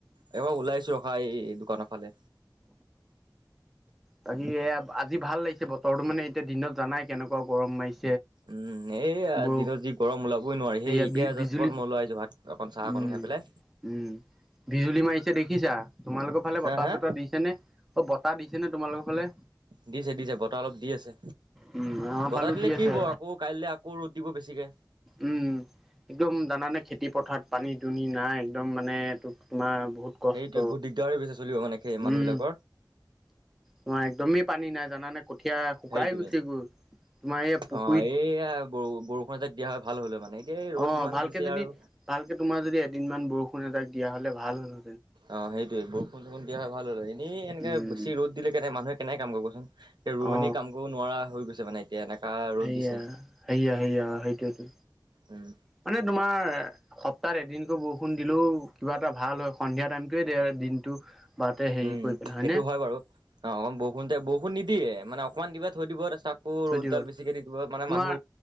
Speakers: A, on the right (about 70°); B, in the centre.
A: এ অ, ওলাইছো ৰখা এই দোকানৰ ফালে।
B: বাকি এ আজি ভাল লাগিছে বতৰটো। মানে এতিয়া দিনত জানাই কেনেকুৱা গৰম মাৰিছে।
A: উম, এই
B: বৌ
A: দিনত যি গৰম ওলাবই নোৱাৰি।
B: সেয়া
A: সেই এতিয়া
B: বি বিজুলী
A: জাচ মই ওলাই আহিছোঁ, ভাত অকণ চাহ অকন
B: উম
A: খাই।
B: উম
A: পেলাই
B: বিজুলী মাৰি ছে দেখিছা। তোমালোকৰ ফালে
A: হা
B: বতাহ
A: হা
B: চতাহ দিছে নে? অ বতাহ দিছে নে তোমালোকৰ ফালে?
A: দিছে, দিছে বতাহ অলপ দি আছে।
B: উম আমাৰ
A: বতাহ
B: ফালো
A: দিলে
B: দি
A: কি
B: আছে
A: হব, আকৌ কাইলৈ আকৌ ৰ'দ দিব বেছিকে।
B: উঁম একদম জানানে খেতি পথাৰ পানী না একদম মানে তোক তোমাৰ বহুত কষ্ট
A: সেইটোৱে বহুত দিগদাৰ হৈ গৈছে চলিব এনেকে সেই মানুহবিলাকৰ।
B: উম তোমাৰ একদমেই পানী নাই জানানে? কঠীয়া শুকাই
A: সেইটোৱে
B: গৈছে গৈ, তোমাৰ এই পুখুৰীত
A: অ এইয়া ব বৰষুণ এজাক দিয়া হয় ভাল হ'লে মানে। এতিয়া ৰ'দ
B: অ,
A: ইমান
B: ভালকে
A: দিছে
B: যদি
A: আৰু
B: ভালকে তোমাৰ যদি এদিন মান বৰষুণ এজাক দিয়া হলে ভাল হ'ল
A: অ, সেইটোৱে। বৰষুণ চৰষুণ দিয়া হয় ভাল হ'ল হয়। এনেই এনেকে
B: উম
A: বেছি ৰ'দ দিলে কেনে মানুহে কেনেকে কাম কৰিব কচোন। এ ৰোৱনি
B: অ
A: কাম কৰিব নোৱাৰা হৈ গৈছে মানে। এতিয়া এনেকা ৰ'দ
B: সেয়া,
A: দিছে
B: সেয়া, সেয়া। সেইটোৱেটো
A: উম
B: মানে তোমাৰ সপ্তাহত এদিনকৈ বৰষুণ দিলেও কিবা এটা ভাল হয়। সন্ধিয়া টাইমটোৱে দে আৰু দিনটো। বাৰতে হেৰি
A: উম,
B: কৰি পেলাই হয়নে
A: সেইটো হয় বাৰু। অ বৰষুণতে বৰষুণ নিদিয়ে মানে অকণমান কিবা থৈ দিব। তাৰপি তাকো
B: থৈ
A: ৰ'দডাল
B: দিব
A: বেছিকে দি দিব। মানে
B: তোমাৰ
A: মানুহ